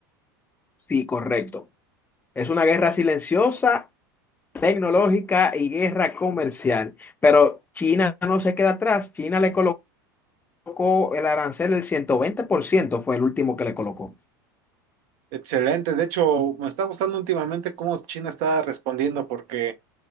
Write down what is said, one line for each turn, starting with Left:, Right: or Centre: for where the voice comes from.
Left: Sí, correcto. Es una guerra silenciosa, tecnológica y guerra comercial. Pero China no se queda atrás. China le colocó el arancel el ciento. veinte por ciento fue el último que le colocó.
Right: Excelente, de hecho me está gustando últimamente cómo China está respondiendo porque